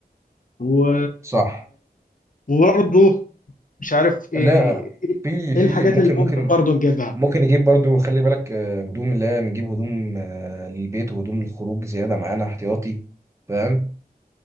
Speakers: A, on the left; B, on the right.
A: و...
B: صح
A: وبرضو مش عارف ايه
B: لا في في
A: ايه الحاجات
B: ممكن
A: اللي ممكن
B: ممكن
A: برضو نجيبها
B: ممكن نجيب برضو خلي بالك آه، هدوم اللي هي نجيب هدوم آه، للبيت وهدوم للخروج زيادة معانا احتياطي فاهم